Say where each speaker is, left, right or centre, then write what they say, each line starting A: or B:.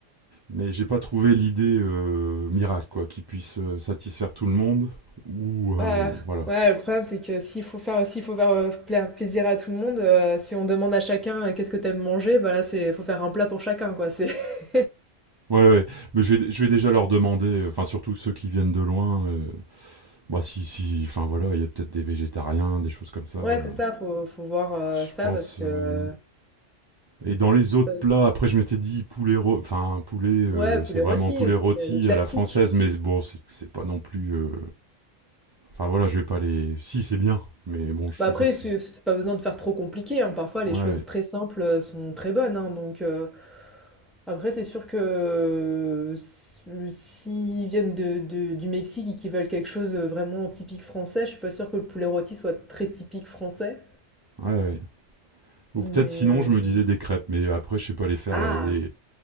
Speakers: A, on the right (about 35°); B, in the centre.
A: Mais j'ai pas trouvé l'idée euh, miracle quoi, qui puisse euh, satisfaire tout le monde ou euh,
B: Ouais,
A: voilà.
B: ouais, le problème, c'est que s'il faut faire, s'il faut faire euh, pla- plaisir à tout le monde, euh, si on demande à chacun euh, qu'est-ce que t'aimes manger, bah là, c'est, faut faire un plat pour chacun, quoi. C'est... <laughs>
A: Ouais, ouais. Mais je vais, je vais déjà leur demander, euh, enfin surtout ceux qui viennent de loin, euh, Bah si, si, enfin voilà, il y a peut-être des végétariens, des choses comme ça. euh,
B: Ouais, c'est ça, faut, faut voir euh,
A: je
B: ça,
A: pense.
B: parce que...
A: euh, Et dans les autres
B: euh,
A: plats, après je m'étais dit poulet, rô- enfin poulet, euh,
B: Ouais, poulet
A: c'est vraiment
B: rôti,
A: poulet rôti
B: euh, le classique.
A: à la française, mais bon, c'est c'est pas non plus. euh, Enfin voilà, je vais pas les. Si c'est bien, mais bon, je
B: Bah
A: suppose.
B: après, c'est
A: que- si.
B: c'est pas besoin de faire trop compliqué, hein. Parfois, les
A: Ouais,
B: choses très simples euh, sont très bonnes, hein. Donc, euh, après, c'est sûr que euh, s- s'ils viennent de- de- du Mexique et qu'ils veulent quelque chose de vraiment typique français, je suis pas sûre que le poulet rôti soit très typique français.
A: ouais, ouais. Ou
B: Mais,
A: peut-être sinon
B: euh,
A: je me disais des crêpes, mais après je sais pas les faire
B: ah,
A: là, les